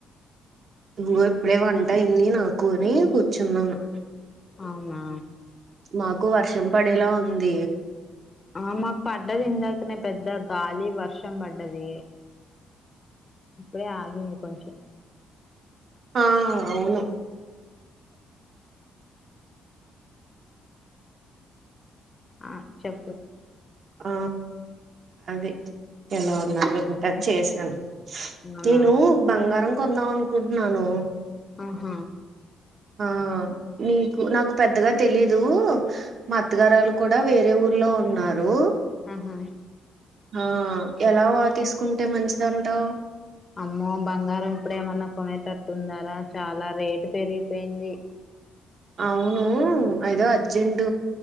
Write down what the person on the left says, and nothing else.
అవునా
ఆ మాకు ఇందాకనే పెద్ద గాలి వర్షం బడ్డది ఇప్పుడే ఆగింది కొంచెం
ఆ చెప్పు
అవునా
ఆహ
ఆహా
అమ్మో బంగారం ఇప్పుడు ఏమన్నా కొనేటట్టుందా రా చాలా రేటు పెరిగిపోయింది